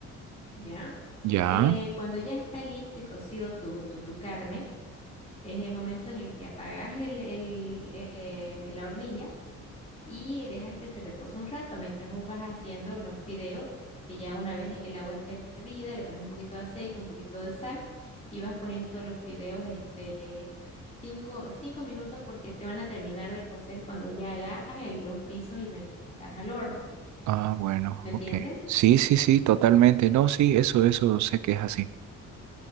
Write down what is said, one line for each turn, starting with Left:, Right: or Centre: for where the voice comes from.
Left: ¿ya?
Right: Ya.
Left: Eh, cuando ya está listo y cocido tu, tu, tu carne, es el momento en el que apagás el, el, eh, la hornilla y dejas que se repose un rato mientras vos vas haciendo los fideos, que ya una vez el agua esté hervida, le pones un poquito de aceite, un poquito de sal y vas poniendo los fideos este, cinco, cinco minutos porque se van a terminar de cocer cuando ya hagas el- los pisos y metas al horno.
Right: Ah, bueno,
Left: ¿Me entiendes?
Right: ok. Sí, sí, sí, totalmente. No, sí, eso, eso sé que es así.